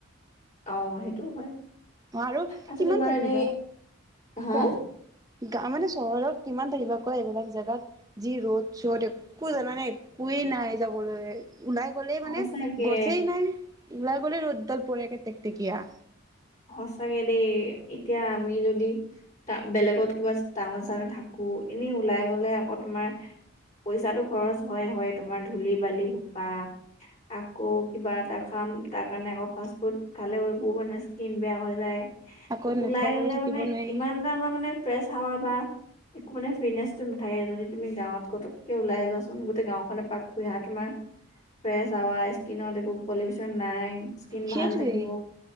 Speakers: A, on the left (about 35°); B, on the right (about 15°).
A: অঁ সেইটোও হয়।
B: অ আৰু
A: আচ্ছা
B: কিমান
A: তোমাৰ
B: থাকিব
A: এনে হা
B: কোৱা। গা মানে চহৰত কিমান থাকিবা কোৱা এইবিলাক জোগাত যি ৰ'দ চ'দ একো জানানে একোৱে নাই যাবলৈ ওলাই গ'লেই
A: সঁচাকে
B: মানে গছেই নাই ওলাই গ'লে ৰ'দডাল পৰে টেকটেকীয়া
A: সচাঁকে দেই এতিয়া আমি যদি বেলেগত কবাত টাউন চাউন থাকো এনে ওলাই গলে আকৌ তোমাৰ পইচাটো খৰচ হয় হয় তোমাৰ ধূলি বালি সোপা আকৌ কিবা এটা খাম তাৰ কাৰণে আকৌ ফাষ্ট ফুড খালেবোৰ মানে। ইচকিন বেয়া হৈ যায়।
B: আকৌ
A: ওলাই
B: নোখোৱা
A: গলে
B: লৈ থাকিব
A: মানে
B: নোৱাৰি
A: ইমান এটা আমাৰ মানে ফ্ৰেছ হাৱা বা। একো মানে ফিটনেচটো নাথাকে যদি তুমি গাঁৱত কটোকে ওলাই যোৱাচোন গোটেই গাওখনে পাক খুহা তোমাৰ ফ্ৰেছ হাৱা ইস্কনত একো পলিউচন নাই। ইস্কন
B: সেইটোৱেই।
A: ভাল থাকিব।